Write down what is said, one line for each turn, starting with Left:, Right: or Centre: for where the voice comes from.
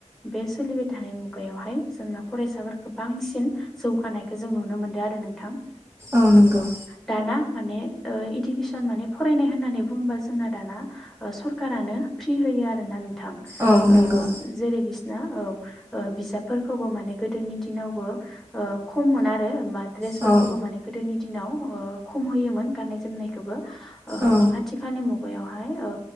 Centre: बे सोलिबाय थानाय मुगायावहाय जोंना फरायसाफोरखौ बांसिन जौगानायखौ जों नुनो मोनदों आरो नोंथां। ओ
Right: औ नंगौ
Centre: दाना माने इडुकेसन माने फरायनाय होननानै बुङोबा जोंना दाना सरखारानो फ्रि हो- यो आरोना नोंथां
Right: औ नंगौ
Centre: ओ जेरै बिसिनि ना औ ओ बिजाबफोरखौबो माने गोदोनि दिनावबो ओ खम मोना आरो मा द्रेसफोर-
Right: औ
Centre: खौबो माने गोदोनि दिनाव ओ खम होयोमोन गनायनाय जोमनायखौबो ओ
Right: औ
Centre: आथिालनि मु- गायाव हाय ओ